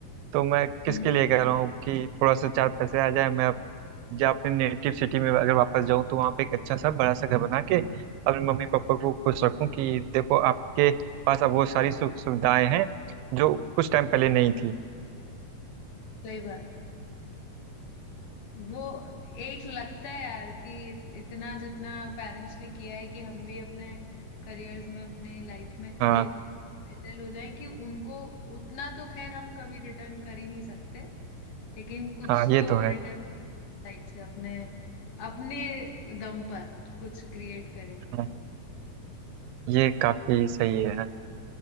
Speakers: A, on the right; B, on the left.
A: तो मैं किसके
B: हम्म
A: लिए कह रहा हूँ कि थोड़ा सा चार पैसे आ जाए मैं या अपने नेटिव सिटी में अगर वापस जाऊं तो वहां पे एक अच्छा सा बड़ा सा घर बना के अपने मम्मी पापा को खुश रखूं कि देखो आपके पास अब वो सारी सुख सुविधाएं हैं जो कुछ टाइम पहले नहीं थी
B: सही बात है वो एक लगता है यार कि इतना जितना पेरेंट्स ने किया है कि हम भी अपने करियर्स में अपने लाइफ में इतने
A: हाँ
B: सेटल हो जाएं कि उनको उतना तो खैर हम कभी रिटर्न कर ही नहीं सकते लेकिन कुछ
A: हाँ ये
B: तो
A: तो है
B: रिटर्न करें अपनी साइड से अपने अपने दम पर कुछ क्रिएट करें
A: हाँ, ये काफी सही है हाँ।